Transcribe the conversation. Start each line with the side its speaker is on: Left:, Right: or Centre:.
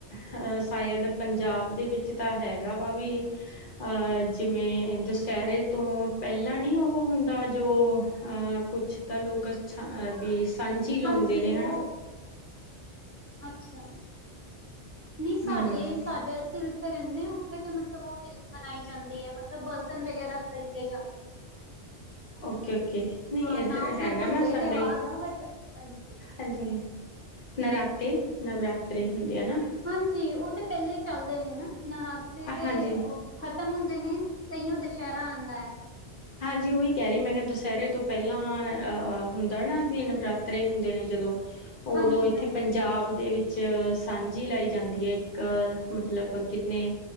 Left: ਦਾ ਸ਼ਾਇਦ ਪੰਜਾਬ ਦੇ ਵਿੱਚ ਤਾਂ ਹੈਗਾ ਵਾ ਵੀ ਅਹ, ਜਿਵੇਂ ਦੁਸਹਿਰੇ ਤੋਂ ਪਹਿਲਾਂ ਨੀ ਉਹੋ ਹੁੰਦਾ ਜੋ ਅਹ ਕੁਛ ਤਾਂ ਲੋਕ ਛ ਵੀ ਸਾਂਝੀ ਲਾਉਂਦੇ
Right: ਹਾਂਜੀ
Left: ਨੇ
Right: ਉਹ
Left: ਹਨਾ।
Right: ਅੱਛਾ, ਨਹੀ ਸਾਡੇ
Left: ਹੂੰ,
Right: -ਸਾਡੇ ਇੱਥੇ ਫਿਰ ਰਹਿੰਨੇ ਆ ਉਥੇ ਤੇ ਮਤਲਬ ਉਹ ਮਿਨ ਮਨਾਈ ਜਾਂਦੇ ਹੈ, ਮਤਲਬ ਬਰਤਨ ਵਗ਼ੈਰਾ ਖਰੀਦੇ ਜਾਂਦੇ। <inaudible>
Left: ਓਕੇ-ਓਕੇ ਨਹੀਂ
Right: ਹਾਂ
Left: ਇੱਧਰ
Right: ਨਾਮ ਮੈਂ
Left: ਹੈਗਾ
Right: ਭੁੱਲ
Left: ਨਾ
Right: ਗਈ
Left: ਸਾਡੇ
Right: ਤਿਉਹਾਰ ਦਾ ਬਟ, ਹਾਂਜੀ ਅੱਛਾ।
Left: ਹਾਂਜੀ ਨਰਾਤੇ ਨਵਰਾਤਰੇ ਹੁੰਦੇ ਹੈ ਨਾ।
Right: ਹਾਂਜੀ, ਉਹ ਤੇ ਪਹਿਲੇ ਹੀ ਚੱਲਦੇ ਨੇ ਨਾ ਨਰਾਤੇ ਤੇ
Left: ਹਾਂਜੀ।
Right: ਉਹ ਖਤਮ ਹੁੰਦੇ ਨੇ, ਤਈਉ ਦੁਸਹਿਰਾ ਆਉਂਦਾ ਏ।
Left: ਹਾਂਜੀ, ਉਹੀ ਕਹਿ ਰਹੀ ਮੈਂ ਕਿਹਾ ਦੁਸਹਿਰੇ ਤੋਂ ਪਹਿਲਾਂ ਅ ਅ ਹੁੰਦਾ ਨਾ ਵੀ ਨਵਰਾਤ ਤਰੇ ਹੁੰਦੇ ਨੇ, ਜਦੋਂ ਉਦੋਂ
Right: ਹਾਂਜੀ
Left: ਇੱਥੇ
Right: ਹਾਂਜੀ
Left: ਪੰਜਾਬ ਦੇ ਵਿੱਚ 'ਚ ਸਾਂਝੀ ਲਾਈ ਜਾਂਦੀ ਹੈ ਇੱਕ ਮਤਲਬ ਕਿੰਨੇ